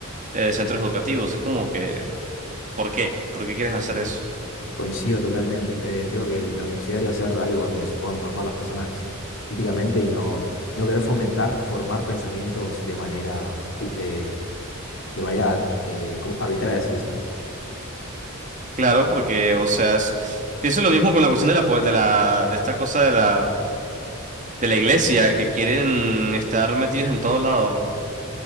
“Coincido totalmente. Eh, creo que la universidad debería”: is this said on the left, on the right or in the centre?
Left